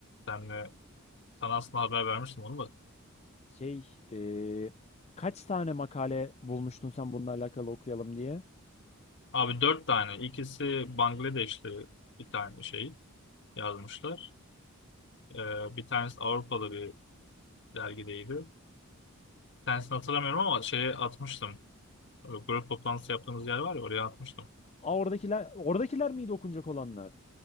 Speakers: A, on the left; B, on the left.
A: Senle, sana aslında haber vermiştim onu da.
B: Şey, ee, kaç tane makale bulmuştun sen bununla alakalı okuyalım diye?
A: Abi dört tane. İkisi Bangladeşli bir tane şey yazmışlar. Ee, bir tanesi Avrupalı bir dergideydi. Bir tanesini hatırlamıyorum ama şeye atmıştım. Ee, Grup toplantısı yaptığımız yer var ya oraya atmıştım.
B: Aa, oradakiler, oradakiler miydi okunacak olanlar?